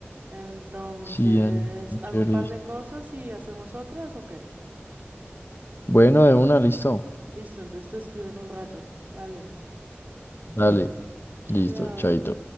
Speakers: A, on the right; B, on the left.
A: Entonces,
B: Sí, Dani, muy
A: hago
B: chévere.
A: un par de cosas y hacemos otras, ¿o qué?
B: Bueno, de una, listo.
A: Listo, entonces te escribo en un rato. Dale.
B: Dale,
A: Chao.
B: listo, chaito.